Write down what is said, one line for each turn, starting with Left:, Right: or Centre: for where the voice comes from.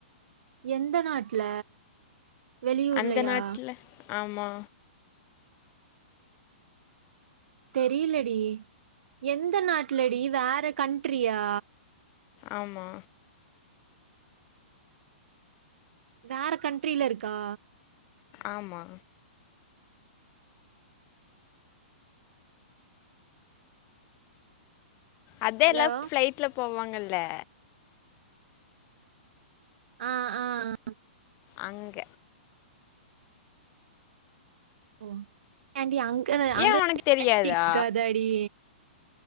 Right: எந்த நாட்ல வெளியூர்லயா
Left: அந்த நாட்ல ஆமா
Right: தெரிலடி எந்த நாட்லடி வேற கண்ட்ரியா
Left: ஆமா
Right: வேற கண்ட்ரில இருக்கா
Left: ஆமா அதே
Right: ஹலோ
Left: எல்லா ஃப்ளைட்ல போவாங் கல்ல
Right: ஆ ஆ ஆ
Left: அங்க
Right: ஓ ஏன்டி அங்கன
Left: ஏ உனக்கு தெரியாதா
Right: <inaudible> காதடி